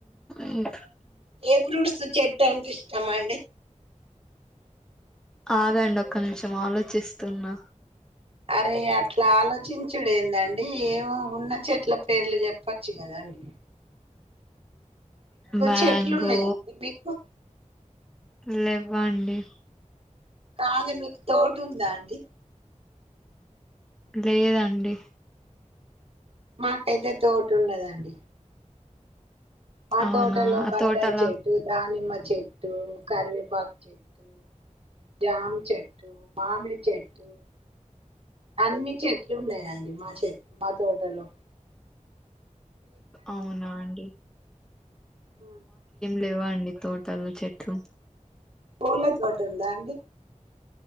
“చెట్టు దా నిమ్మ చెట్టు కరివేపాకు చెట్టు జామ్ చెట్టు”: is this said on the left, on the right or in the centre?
Right